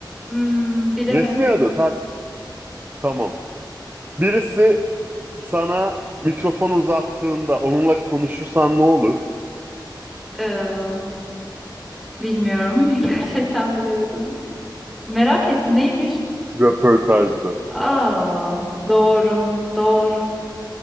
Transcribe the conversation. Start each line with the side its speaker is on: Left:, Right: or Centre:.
Centre: Hmm, bilemedim.
Right: Resmi adı tart. Tamam. Birisi sana mikrofon uzattığında onunla konuşursan ne olur?
Centre: Ee, bilmiyorum. <laughs> Gerçekten bilemedim. Merak ettim neymiş?
Right: <laughs> Röportajdı.
Centre: Aa, doğru, doğru.